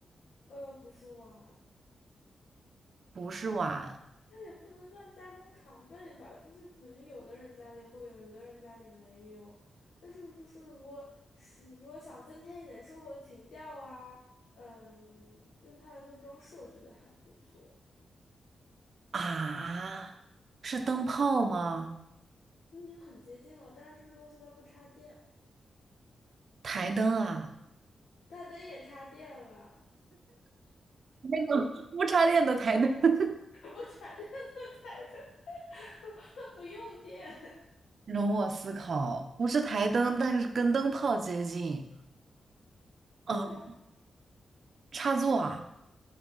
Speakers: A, on the left; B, on the right.
A: 呃，不是碗，
B: 不是碗
A: 那也不能算家中常备吧，就是可能有的人家里会有，有的人家里没有。但是就是如果是如果想增添一点生活情调啊，嗯，用它来做装饰，我觉得还不错。
B: 啊，是灯泡吗？
A: 嗯已经很接近了，但是这个东西它不插电，
B: 台灯啊，
A: 大灯也插电了，
B: 那个不插电的台灯，<laughs>
A: <laughs> 不插电的台灯，<laughs> 它不用电。
B: 容我思考，不是台灯，但是跟灯泡接近。啊，
A: 对啊，
B: 插座啊，